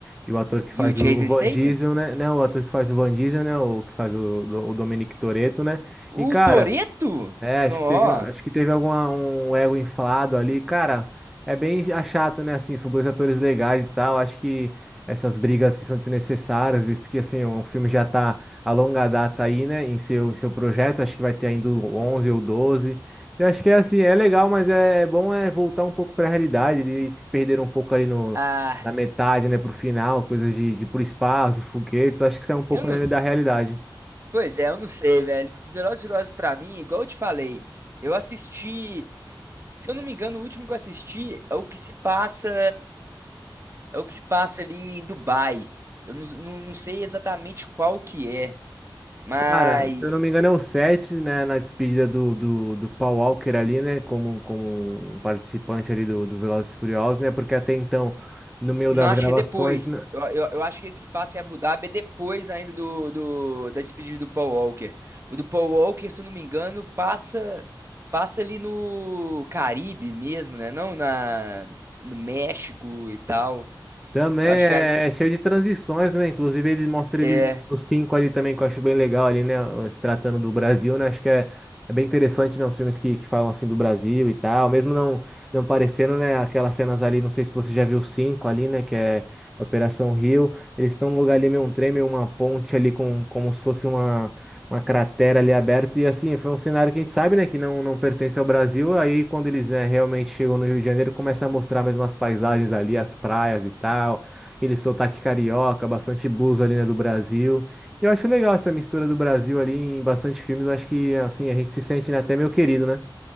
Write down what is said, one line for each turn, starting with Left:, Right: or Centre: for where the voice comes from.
Centre: e o ator que faz
Right: E o Jason
Centre: o, o Van
Right: Statham?
Centre: Diesel, né? Não, o ator que faz o Van Diesel, né? O que faz o, o Dominic Toretto, né?
Right: O
Centre: E cara.
Right: Toretto?
Centre: É, acho
Right: Não,
Centre: que
Right: ó.
Centre: teve, acho que teve alguma, um ego inflado ali. Cara, é bem a- chato, né? Assim, são dois atores legais e tal. Acho que essas brigas assim, são desnecessárias, visto que assim, o filme já tá a longa data aí, né? Em seu, em seu projeto. Acho que vai ter ainda o 11 ou doze Eu acho que é assim, é legal, mas é bom é voltar um pouco pra realidade. Eles se perderam um pouco ali no,
Right: Ah,
Centre: na metade, né? Pro final, coisas de, de ir pro espaço, foguetes. Acho que isso é um pouco,
Right: eu não.
Centre: né,
Right: s-
Centre: da realidade.
Right: Pois é, eu não sei, velho. Velozes e Furiosos pra mim, igual eu te falei, eu assisti. Se eu não me engano, o último que eu assisti é o que se passa. É o que se passa ali em Dubai. Eu não, não, não sei exatamente qual que é, mas.
Centre: Cara, se eu não me engano, é o 7, né? Na despedida do, do, do Paul Walker ali, né? Como, como um participante ali do, do Velozes e Furiosos, né? Porque até então, no meio
Right: Não,
Centre: das
Right: acho
Centre: gravações.
Right: que é depois. Eu, eu, eu acho que esse que passa em Abu Dhabi é depois ainda do, do da despedida do Paul Walker. O do Paul Walker, se eu não me engano, passa passa ali no Caribe mesmo, né? Não na no México e tal.
Centre: Também
Right: Eu
Centre: é
Right: acho que é,
Centre: é cheio de transições, né? Inclusive, ele mostra
Right: é.
Centre: ele, os cinco ali também, que eu acho bem legal ali, né? Se tratando do Brasil, né? Acho que é, é bem interessante, né? Os filmes que, que falam assim do Brasil e tal, mesmo não, não parecendo, né? Aquelas cenas ali, não sei se você já viu os cinco ali, né? Que é é Operação Rio. Eles estão num lugar ali meio um trem, meio uma ponte ali, com, como se fosse uma uma cratera ali aberta. E assim, foi um cenário que a gente sabe, né, que não, não pertence ao Brasil. Aí, quando eles, né, realmente chegam no Rio de Janeiro, começa a mostrar mais umas paisagens ali, as praias e tal. Ele sotaque carioca, bastante blues ali, né, do Brasil. E eu acho legal essa mistura do Brasil ali em bastante filmes. Eu acho que, assim, a gente se sente, né, até meio querido, né?